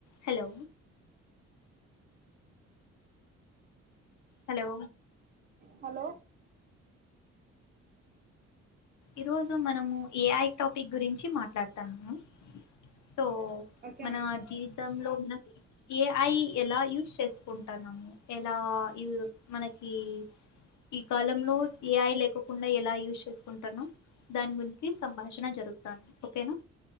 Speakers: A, on the left; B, on the right.
A: హలో హలో
B: హలో
A: ఈరోజు మనము ఏఐ టాపిక్ గురించి మాట్లాడుతానము. హొ
B: ఓకే
A: మన
B: మ్యామ్
A: జీవితంలో మన ఏఐ ఎలా యూస్ చేసుకుంటాన్నము ఎలా యూ మనకి ఈ కాలంలో ఏఐ లేకొకుండా ఎలా యూజ్ చేస్త కుంటాన్నాం దాని గురించి సంభాషణ జరుగుతాంది ఓకేనా